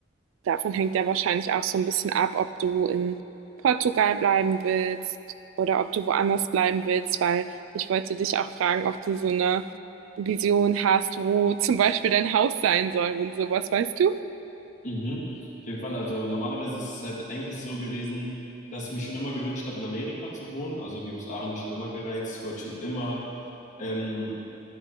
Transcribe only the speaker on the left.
Mhm. Auf jeden Fall. Also normalerweise ist es halt eigentlich so gewesen, dass ich mich schon immer gewünscht habe, in Amerika zu wohnen. Also die USA haben mich schon immer gereizt. Ich wollte schon immer ähm,